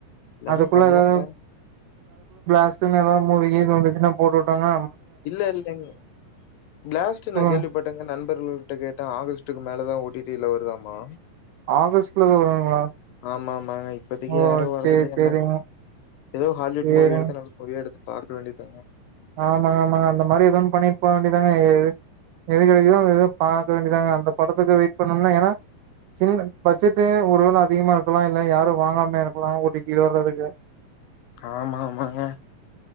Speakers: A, on the left (about 80°); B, on the right (about 80°).
A: எல்லாமே
B: அதுக்குள்ள
A: பண்ணலாங்க
B: ஏதாவது <unintelligible> <unintelligible> போட்டு விட்டோங்க
A: இல்ல இல்லங் பிலாஸ்ட்
B: சொல்லுங்க
A: நான் கேள்விப்பட்டேங்க நண்பர் ஒரு கிட்ட கேட்டேன் ஆகஸ்ட்டுக்கு மேலதா ஓ டி டி ல வருதாமா
B: ஆகஸ்ட்ல வருங்களா
A: ஆமா ஆமாங்க இப்பத்திக்கு
B: ஓ
A: யாரும் வர்து
B: சேரி
A: இல்லங்மங்
B: சேரிங்க
A: ஏதோ ஹாலிவுட்
B: சேரிங்க
A: மூவி எடுத்து நல்ல மூவியா எடுத்து பார்க்க வேண்டிதாங்க
B: ஆமாங்க ஆமாங்க அந்த மாரி எதுவுன்னு பண்ணிட்டு போக வேண்டியதாங்க எது எது கிடைக்குதோ எதவும் பார்க வேண்டியதாங்க அந்த படத்துக்கு வெயிட் பண்ணும்ம்னா ஏன்னா சின்ன பட்ஜெட்டு் ஒரு வேளை அதிகமா இருக்கலாம் இல்ல யாரும் வாங்காமே இருக்கலாம் ஓ டி டி ல வர்றதுக்கு
A: ஆமா ஆமாங்க